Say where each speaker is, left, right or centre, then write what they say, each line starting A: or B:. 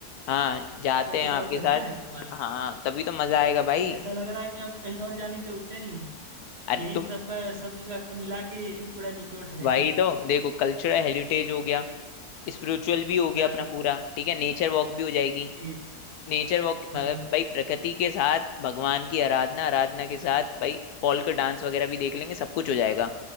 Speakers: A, on the left; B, on the right.
A: हाँ जाते
B: तब तो
A: हैं आपके
B: बहुत बढ़िया
A: साथ
B: है ये वाला
A: हाँ तभी तो मजा आएगा भाई
B: ऐसा लग रहा है कि अब कहीं और जाने की जरूरत ही नहीं है
A: अरे
B: यहीं
A: तुम
B: सबका सब जगह का मिला के यही पूरा निचोड़ है
A: भाई
B: <laughs>
A: तो देखो कल्चरल हेरिटेज हो गया स्पिरिचुअल भी हो गया
B: हाँ
A: अपना पूरा ठीक है नेचर वॉक भी हो जाएगी
B: जी जी
A: नेचर वॉक मतलब
B: हम्म
A: भाई प्रकृति के साथ भगवान की आराधना आराधना के साथ भाई फॉल्क डांस वगैरह भी देख लेंगे सब कुछ हो जाएगा